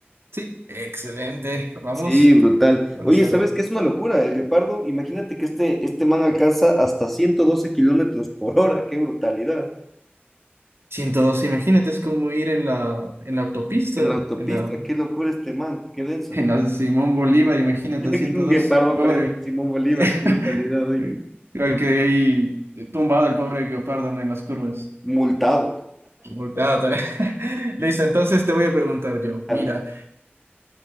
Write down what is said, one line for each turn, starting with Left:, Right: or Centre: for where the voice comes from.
Right: Sí, excelente. Vamos,
Centre: Sí, brutal.
Right: 1-0.
Centre: Oye, ¿sabes qué es una locura? El guepardo, imagínate que este, este man alcanza hasta 112 kilómetros por hora. ¡Qué brutalidad!
Right: 102, imagínate, es como ir en la, en la autopista,
Centre: En la autopista,
Right: en la,
Centre: qué locura este man, qué denso.
Right: en la Simón Bolívar, imagínate,
Centre: <laughs>
Right: 102.
Centre: Un guepardo
Right: Pobre.
Centre: corriendo el Simón Bolívar,
Right: <laughs>
Centre: qué brutalidad hoy.
Right: Creo que ahí tumbado el pobre guiopardo, ¿no? En las curvas.
Centre: Multado.
Right: Multado también. <laughs> Listo, entonces te voy a preguntar yo.
Centre: <laughs>
Right: Mira,